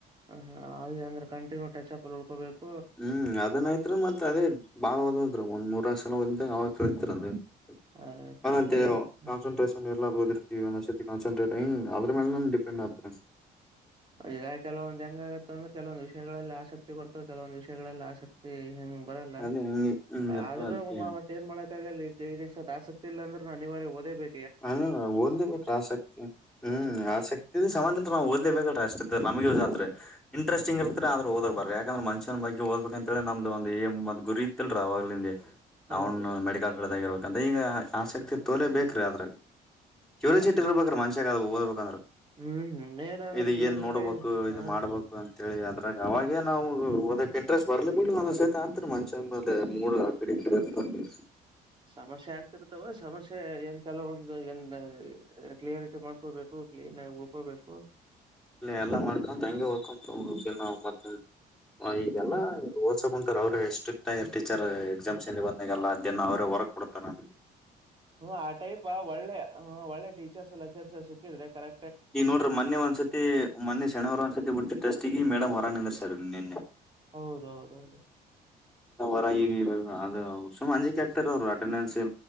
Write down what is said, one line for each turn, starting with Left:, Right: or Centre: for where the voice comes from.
Right: ಹ ಹಾ ಹಾಗೆ ಅಂದ್ರೆ ಕಂಟಿನ್ಯೂ ಟಚ್ ಅಪ್ ಅಲ್ ಉಳ್ಕೊಬೇಕ್
Centre: ಹ್ಮ್ ಅದನ್ ಆಯ್ತ್ರಿ ಮತ್ ಅದೇ ಬಾಳ್ <unintelligible> ಒಂದ್ ಮೂರ್ನಾಕ್ ಸಲ ಒದಿದ್ರೆ ಅವಾಗ್ ತಿಳಿತ್ರಿ <unintelligible>
Right: ಆಯ್ತ್
Centre: ಹಂಗಂತೆವ್
Right: ಆಯ್ತ್ ಈಗ
Centre: ಕಾನ್ಸಂಟ್ರೇಷನ್ ಇರ್ಲಾರ್ದ್ ಓದಿರ್ತೀವಿ ಒನ್ನೊಂದ್ ಸತಿ. ಕಾನ್ಸನ್ಟ್ರೇಟ್ ಹ್ಮ್ ಅದ್ರು ಮೇಲೆನೂ ಡಿಪೆಂಡ್ ಆತ್ರಿ.
Right: ಈಗ ಕೆಲವೊಂದ್ ಹೆಂಗ್ ಆಗಿರ್ತ ಅಂದ್ರೆ ಕೆಲವೊಂದು ವಿಷಯಗಳಲ್ಲಿ ಆಸಕ್ತಿ ಬರ್ತಾವ ಕೆಲವೊಂದ್ ವಿಷಯಗಳಲ್ಲಿ ಆಸಕ್ತಿ ಹೆಂ ಬರಲ್ಲ
Centre: ಅದೇ ಹಿಂಗ ಹಿಂಗ ಇರ್ತಾವ
Right: ಆದ್ರೂ
Centre: ಅದಕ್ಕೆ
Right: <unintelligible> ಮ ಏನ್ ಮಾಡ ತಾಗಲ್ಲ ಇದ್ಕೆ ಇದತ್ ಆಸಕ್ತಿ ಇಲ್ಲ ಅಂದ್ರುನು ಅನಿವಾರ್ಯಾ ಒದೇ ಬೇ
Centre: ಹ ಓದಲೇಬೇಕ್ರ ಆಸಕ್ತಿ ಹ್ಮ್
Right: ಹ್ಮ
Centre: ಆಸಕ್ತಿ ಸಮನಂತ್ರ ಅ ನಾವ್ ಓದ್ಲೇಬೇಕ <unintelligible> ಇಂಟೆಸ್ಟಿಂಗ್ ಇರತ್ರಿ ಆದ್ರ ಓದೋಕ್ ಬಾರ ಯಕಂದ್ರ ಮನುಷ್ಯ ಬಗ್ಗೆ ಓದ್ಬೇಕಂತೇಳಿ ನಮ್ದ ಒಂದು ಏಯ್ ಮದ್ ಗುರಿ ಇತ್ತಲ್ರಿ ಅವಾಗ್ಲಿಂದೆ ನಾವ
Right: ಹೌದು
Centre: ಮೆಡಿಕಲ್ ಫಿಲ್ಡ್ ದಾಗಿರ್ಬೇಕಂತ ಈಗ ಆಸಕ್ತಿ ತೋರ್ಲೆ ಬೇಕ್ರೀ ಅದ್ರಾಗ್ ಕ್ಯೂರಿಸಿಟಿ
Right: ಆಸಕ್
Centre: ಇರ್ಬೇಕ್ರಿ ಮನ್ಷ್ಯಾಗ ಅ ಓದಬೇಕಂದ್ರ
Right: ಹ್ಮ್ ಹ್ಮ್ ಏನ ಅಂದ್ರೆ
Centre: ಇದ
Right: ಕ್ಯೂರಿಯಾಸಿಟಿ
Centre: ಏನ್ ನೋಡ್ಬೇಕು
Right: ಹಾ
Centre: ಇದ ಮಾಡ್ಬೇಕು ಅಂತ ಹೇಳಿ ಅದ್ರಾ ಅವಾಗೆ ನಾವ ಓದಕ್ ಇಂಟ್ರೆಸ್ಟ್ ಬರ್ಲಿ ಬಿಡು ಒಂದ್ ಸಹತ ಆಂತ ಮನಷ್ಣನ ಬಲಿ ಮೂಡ್ ಅಕಡಿ ಇಕಡಿ <inaudible>
Right: ಸಮಸ್ಯೆ ಆಗ್ತಿರ್ತವ ಸಮಸ್ಯೆ ಎಂತಲೇ ಒಂದ ಇಂದ ಕ್ಲಿಯರಿಟಿ ಮಾಡ್ಕೊಬೇಕು. ಕ್ಲೀನ್ ಆ ಉಳ್ಕೋಬೇಕು.
Centre: ಎಲ್ಲಾ ಮಾಡ್ಕೊಂತ
Right: ಹ
Centre: ಹಂಗೆ ಹದ್ಕೊಂತ ಹೋಗ್ಬೇಕ ಈಗ ಮತ್ತ್ ಆವ ಈಗೆಲ್ಲ ಓದಸ ಕುಂತಾರ ಅವ್ರೆ ಸ್ಟ್ರಿಕ್ಟ್ ಆಗರ ಟೀಚರ್ ಎಕ್ಸಾಮ್ಸ್ ಬಂದಾಗಲ್ಲ ದಿನ್ನ ಅವ್ರೆ ವರ್ಕ್ ಕೊ ಕೊತರ
Right: ಹ್ಮ ಆ ಟೈಪ್ ಒಳ್ಳೆ ಹ ಒಳ್ಳೆ ಟೀಚರ್ಸ್ ಲೆಕ್ಚರ್ಸ್ ಸಿಕ್ಕಿದ್ರೆ ಕರೆ
Centre: ಈಗ ನೋಡ್ರಿ ಮನ್ನೆ ಒಂದ್ಸತಿ ಮನ್ನೆ ಶನಿವಾರ ಒಂದಸತಿ ಬಿಟ್ಟ ಟಸ್ಟಿಗ ಮೇಡಮ್ ಹೊರ ನಿಂದ್ರಸ್ಯರ ನಿನ್ನಿ
Right: ಹೌದ ಹೌದ ಹೋದ.
Centre: ಹೊರ ಈಗ ಅದ ಸುಮ್ ಅಂಜಿಕ ಹಾಕ್ತಾ ಅವರ ಅಟೆಂಡೆನ್ಸ್ ಇ